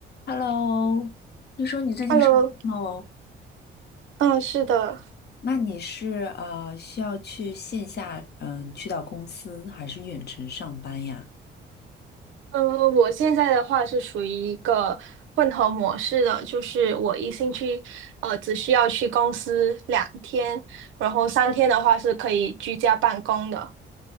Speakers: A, on the left; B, on the right.
A: Hello，听说你最近上班喽？
B: Hello，嗯，是的，
A: 那你是呃需要去线下嗯、去到公司还是远程上班呀？
B: 嗯，我现在的话是属于一个混合模式的，就是我一星期，呃，只需要去公司两天，然后三天的话是可以居家办公的。